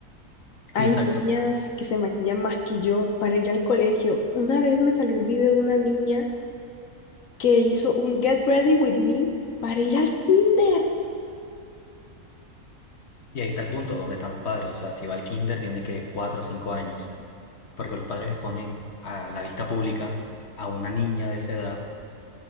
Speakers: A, on the left; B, on the left.
A: Hay
B: Sí, exacto.
A: niñas que se maquillan más que yo para ir al colegio. Una vez me salió el video de una niña que hizo un Get Ready With Me para ir al kinder.
B: Y ahí está el punto, ¿dónde están los padres? O sea, si va al kinder tiene que cuatro o cinco años, porque los padres exponen a la vista pública a una niña de esa edad,